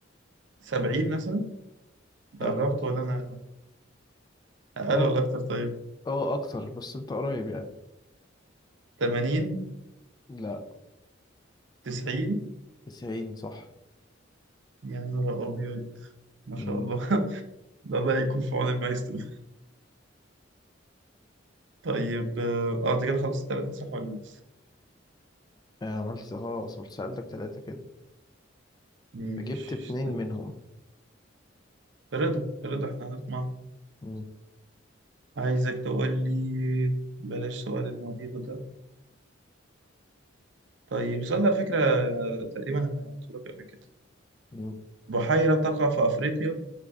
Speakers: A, on the right; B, on the left.
A: 70 مثلا قربت
B: لا
A: ولا انا اقل
B: اه
A: ولا اكتر طيب
B: اه اكتر بس انت قريب يعني
A: 80
B: لا
A: 90
B: 90 صح
A: يا نهار ابيض ما شاء
B: مم.
A: الله <laughs> ده الله يكون في عون المايسترو طيب اه آه، انت كده خلصت الثلاثه صح ولا لسه
B: آه، عملت خلاص قلت سألتك ثلاثة كده
A: ماشي
B: فجبت اتنين
A: استنى.
B: منهم
A: رضا رضا احنا هنسمع
B: مم.
A: عايزك تقول لي بلاش سؤال المضيق ده طيب السؤال ده على فكره آه، تقريبا انا قلت لك قبل كده
B: مم.
A: بحيره تقع في افريقيا